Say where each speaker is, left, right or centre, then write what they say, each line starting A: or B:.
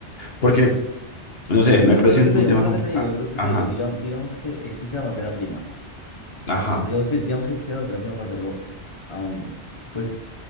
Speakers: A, on the left; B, on the left.
A: Porque, no sé, me
B: Pero,
A: parece
B: pero es lo
A: un,
B: que te
A: un
B: digo,
A: tema
B: es
A: compl-
B: lo que te digo,
A: a-
B: es lo que
A: Ajá,
B: te digo, digamos, digamos que existe la materia prima,
A: ajá,
B: O sea, digamos que, digamos que existe la materia prima para hacerlo aún, pues